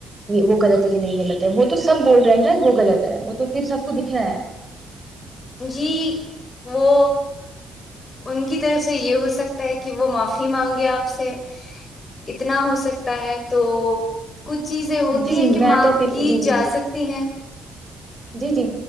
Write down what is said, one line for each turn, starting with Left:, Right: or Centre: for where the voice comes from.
Right: وہ غلط ہے کہ نہیں غلط ہے وہ تو سب بول رہے ہیں وہ غلط ہے وہ تو پھر سب کو دکھناا ہے
Left: جی وہ ان کی طرف سے یہ ہو سکتا ہے کہ وہ معافی مانگے آپ سے اتنا ہو سکتا ہے تو کچھ چیزیں ہوتی
Right: جی جی
Left: ہیں کہ
Right: میں
Left: معاںپ
Right: تو پھر
Left: کی
Right: جی
Left: جا
Right: جی
Left: سکتی ہیں
Right: جی جی